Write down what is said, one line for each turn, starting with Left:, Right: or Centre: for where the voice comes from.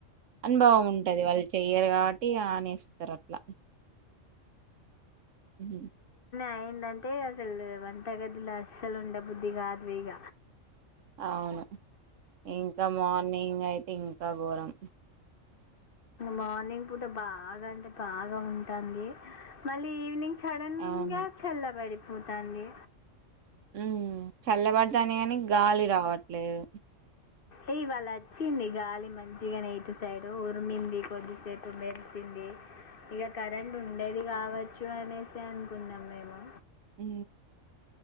Right: అనుభవం ఉంటది వాళ్ళు చెయ్యరు కాబట్టి ఇగ అనేస్తారు అట్లా హ
Left: ఏందంటే అసలు వంట గదిలో అస్సలు ఉండే బుద్ధి కాదు ఇగ
Right: అవును ఇంకా మార్నింగ్ అయితే ఇంకా ఘోరం
Left: మార్నింగ్ పూట బాగా అంటే బాగా ఉంటది మళ్ళీ ఈవినింగ్ సడన్
Right: అవును.
Left: గా చల్లబడి పోతంది
Right: ఉ చల్లబడతంది గాని గాలి రావట్లేదు
Left: ఏ ఇవాళ వచ్చింది గాలి మంచిగానే ఇటు సైడ్ ఉరిమింది కొద్దిసేపు మె రిసింది ఇక కరెంట్ ఉండేది కావచ్చు అనేసి అనుకున్నాం మేము
Right: అ